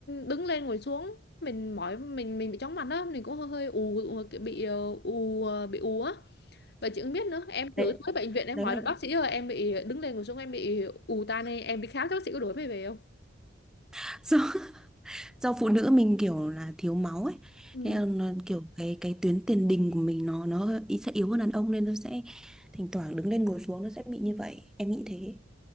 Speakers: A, on the left (about 55°); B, in the centre.
A: đứng lên ngồi xuống mình mỏi mình mình bị chóng mặt á mình cũng hơi hơi ù ù- kiểu bị ờ, ù ờ, bị ù á và chị cũng biết nữa em thử
B: đấy
A: tới bệnh viện em
B: đấy
A: hỏi
B: là
A: là bác sĩ ơi em bị đứng lên ngồi xuống em bị ù tai này em đi khám cho bác sĩ có đuổi mày về không
B: <laughs> Do, do phụ nữ mình kiểu là thiếu máu ấy.
A: Ừ.
B: Thế là nó, kiểu cái cái tuyến tiền đình của mình nó nó hơi- ý sẽ yếu hơn đàn ông nên nó sẽ thỉnh thoảng đứng lên ngồi xuống nó sẽ bị như vậy. Em nghĩ thế.